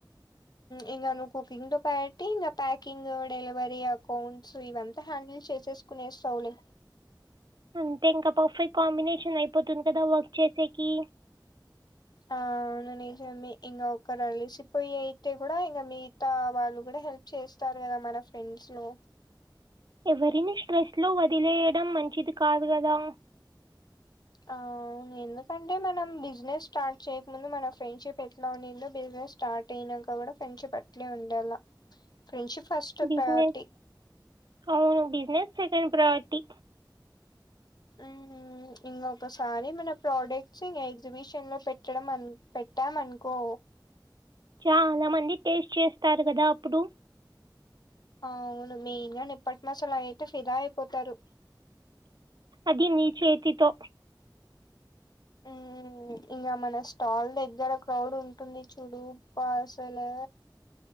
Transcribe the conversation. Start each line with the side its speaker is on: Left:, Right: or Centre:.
Left: ఊఇంకా నువ్వు కుకింగ్ తో పట్టి ఇంకా ప్యాకింగ్ డెలివరీ అకౌంట్స్ ఇవంతా హ్యాండిల్ చేసేసి కునేస్తావులే
Right: అంటే ఇంక పర్ఫెక్ట్ కాంబినేషన్ అయిపోతుంది కదా వర్క్ చేసేకి
Left: ఆ అవును నిజమే ఇంకా ఒకరు అలిసిపోయి అయితే కూడా ఇంకా మిగతా వాళ్ళు కూడా హెల్ప్ చేస్తారు కదా మన ఫ్రెండ్స్ లో
Right: ఎవరిని స్ట్రెస్లో వదిలేయడం మంచిది కాదు కదా
Left: ఆ అవును ఎందుకంటే మనం బిజినెస్ స్టార్ట్ చేయకముందు మన ఫ్రెండ్షిప్ ఎట్లా ఉండిదో బిజినెస్ స్టార్ట్ అయినాక కూడా ఫ్రెండ్షిప్ అట్లే ఉండాలా ఫ్రెండ్షిప్ ఫస్ట్
Right: బిజినెస్
Left: ప్రేయారిటీ
Right: అవును బిజినెస్ సెకండ్ ప్రేయారిటీ
Left: ఆ ఇంకొకసారి మన ప్రోడక్ట్స్ ఇంగ ఎగ్జిబిషన్ లో పెట్టడం పెట్టాం అనుకో
Right: చాలా మంది టేస్ట్ చేస్తారు కదా ఉప్పుడు
Left: ఆ అవును మెయిన్ గా నిప్పట్టు మసాలా అయితే ఫిదా అయిపోతారు
Right: అది నీ చేతితో
Left: మ్మ్ ఇంగ మన స్టాల్ దగ్గర క్రౌడ్ ఉంటుంది చూడు పాసలే